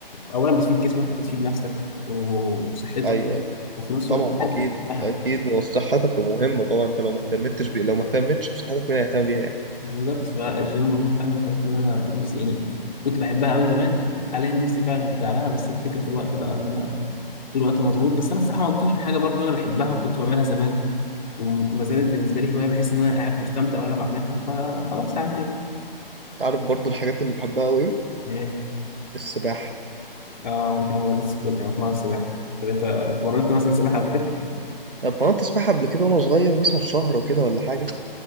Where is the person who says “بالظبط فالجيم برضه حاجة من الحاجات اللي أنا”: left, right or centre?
Left